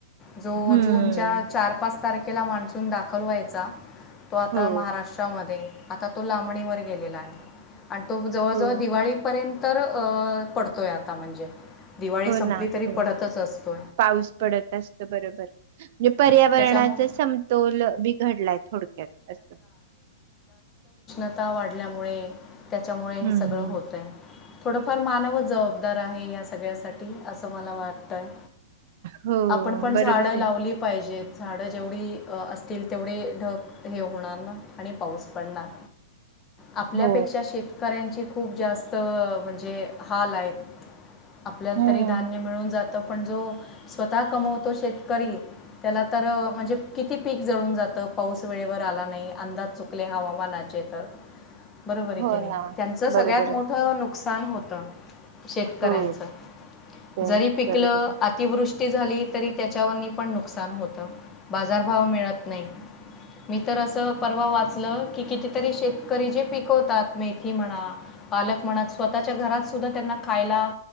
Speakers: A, on the left; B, on the right.
A: जो
B: हम्म
A: जूनच्या चार पाच तारखेला मान्सून दाखल व्हायचा तो आता
B: हो
A: महाराष्ट्रामध्ये आता तो लांबणीवर गेलेला आहे आणि तो जवळजवळ
B: हो
A: दिवाळीपर्यंत तर पडतोय आता म्हणजे दिवाळी
B: हो
A: संपली
B: ना
A: तरी
B: हो
A: पडतच असते
B: पाऊस पडत असत बरोबर म्हणजे पर्यावरणाचा
A: त्याच्यामुळं
B: समतोल बिघडलाय थोडक्यात असं
A: स्ता वाढल्यामुळे त्याच्यामुळे हे
B: हम्म.
A: सगळं होतय थोडंफार मानवच जबाबदार आहे या सगळ्यासाठी असं मला वाटतं आहे
B: हो
A: आपण पण
B: बरोबर
A: झाडं
B: आहे.
A: लावली पाहिजेत झाडं जेवढी असतील तेवढे ढक हे होणार ना आणि पाऊस पडणार आपल्यापेक्षा
B: हो
A: शेतकऱ्यांची खूप जास्त म्हणजे हाल आहेत आपल्याला
B: हम्म.
A: तरी धान्य मिळून जात पण जो स्वतः कमवतो शेतकरी त्याला तर म्हणजे किती पीक जळून जातं पाऊस वेळेवर आला नाही अंदाज चुकले हवामानाचे तर बरोबर आहे
B: हो
A: की नाही
B: ना
A: त्यांचं सगळ्यात
B: बरोबर
A: मोठं
B: आहे
A: नुकसा नुकसान होतं. शेतकऱ्यांच.
B: हो तेच
A: जरी पिक
B: बरोबर
A: अतिवृष्टी.
B: आहे
A: झाली तरी त्याच्यावर पण नुकसान होतं बाजारभाव मिळत नाही मी तर असं परवा वाचलं. कि कितीतरी शेतकरी जे पिकवतात मेथी म्हणा. पालक म्हणत स्वतःच्या घरात सुद्धा त्यांना खायला